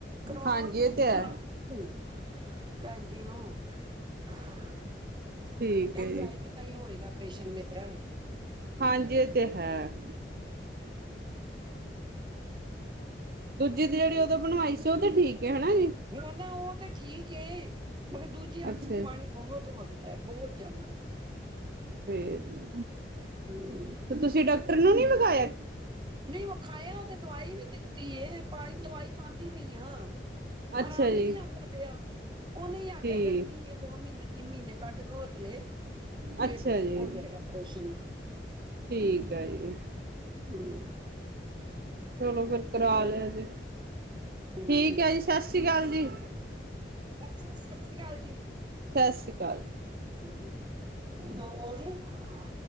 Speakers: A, on the right; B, on the right.
A: ਕਰਵਾਵਾਂਗੀ
B: ਹਾਂਜੀ ਇਹ ਤੇ ਹੈ।
A: ਕਰਵਾਵਾਂ ਹੂੰ, ਭੈਨ ਜੀ ਨੂੰ <unintelligible>
B: ਠੀਕ ਹੈ ਜੀ
A: ਆਏਗੀ ਤਾਂਈ ਹੋਏਗਾ ਅਪਰੇਸ਼ਨ ਮੇਰਾ
B: ਹਾਂਜੀ ਏ ਤੇ ਹੈ। ਦੂਜੀ ਦੀ ਜੇੜੀ ਓਦੋਂ ਬਨਵਾਈ ਸੀ ਓ ਤੇ ਠੀਕ ਐ ਹਨਾ ਜੀ।
A: ਹੁਨ ਨਾ ਓ ਤੇ ਠੀਕ ਏ, ਮਗਰ ਦੂਜੀ
B: ਅੱਛਾ
A: ਅੱਖ ਚ ਪਾਨੀ ਬੋਤ ਵਗਦਾ ਬੋ ਜਾਦਾ
B: ਫੇਰ ਵੀ
A: ਨਈਂ
B: ਤੁਸੀਂ ਡਾਕਟਰ ਨੂੰ ਨੀ ਵਿਖਾਇਆ।
A: ਨਈਂ ਵਖਾਏਆ ਓਨੇ ਦਵਾਈ ਵੀ ਦਿੱਤੀ ਏ ਪਾਈ ਦਵਾਈ ਪਾਂਦੀ ਪਈ ਆਂ।
B: ਅੱਛਾ
A: ਆਰਾਮ
B: ਜੀ
A: ਈ ਨੀ ਆਂਦਾ ਪਿਆ, ਓਨੇ ਈ ਆਖੇਆ
B: ਠੀਕ
A: ਗਰਮੀ ਏ ਦੋ ਮੀਨੇ, ਤਿੰਨ ਮੀਨੇ ਕੱਢ ਲੋ ਹਲੇ, ਫੇਰ
B: ਅੱਛਾ ਜੀ
A: ਹੋ ਜਾਏਗਾ ਪਰੇਸ਼ਨ।
B: ਠੀਕ ਐ ਜੀ।
A: ਹਾਂਜੀ ਹਾਂ।
B: ਚਲੋ ਫੇਰ ਕਰਾ ਲਿਓ
A: ਏ
B: ਜੀ,
A: ਹਮ
B: ਠੀਕ
A: ਹਮ
B: ਐ ਜੀ ਸਸ ਰੀ ਕਾਲ ਜੀ।
A: ਅੱਛਾ, ਸਸ ਰੀ ਕਾਲ ਜੀ।
B: ਸਾਸਰੀ ਕਾਲ ਜੀ।
A: <inaudible>